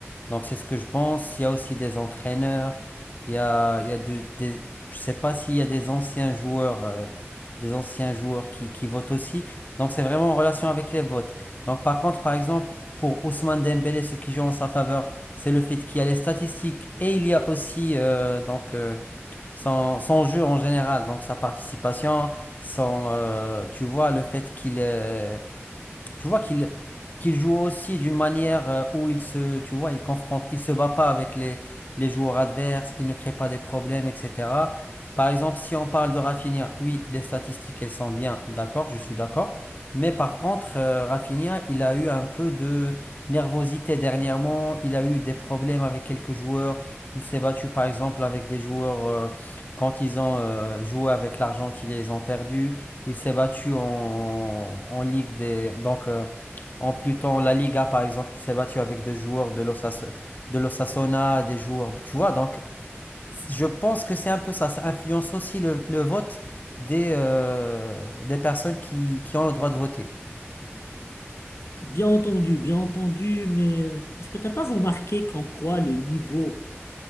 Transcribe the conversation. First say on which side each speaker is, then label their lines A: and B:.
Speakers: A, on the left; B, on the left.
A: Donc c'est ce que je pense. Il y a aussi des entraîneurs. Il y a, il y a de- des, je sais pas s'il y a des anciens joueurs, euh, des anciens joueurs qui, qui votent aussi. Donc c'est vraiment en relation avec les votes. Donc par contre, par exemple, pour Ousmane Dembélé, ceux qui jouent en sa faveur. C'est le fait qu'il y a les statistiques et il y a aussi euh, donc euh, son, son jeu en général, donc sa participation, son, euh, tu vois, le fait qu'il euh, tu vois qu'il qu'il joue aussi d'une manière euh, où il se, tu vois, il confronte, il se bat pas avec les, les joueurs adverses, il ne crée pas des problèmes, etc. Par exemple, si on parle de Rafinha, oui, les statistiques, elles sont bien, d'accord, je suis d'accord. Mais par contre, euh, Rafinha, il a eu un peu de nervosité dernièrement, il a eu des problèmes avec quelques joueurs, il s'est battu par exemple avec des joueurs euh, quand ils ont euh, joué avec l'Argentine, ils les ont perdus. Il s'est battu en, en Ligue des. Donc, euh, en Pluton, la Liga, par exemple, il s'est battu avec des joueurs de l'Osas- de l'Osasuna, des joueurs. Tu vois, donc, c- je pense que c'est un peu ça. Ça influence aussi le, le vote des, euh, des personnes qui, qui ont le droit de voter.
B: Bien entendu, bien entendu, mais est-ce que tu n'as pas remarqué comme quoi le niveau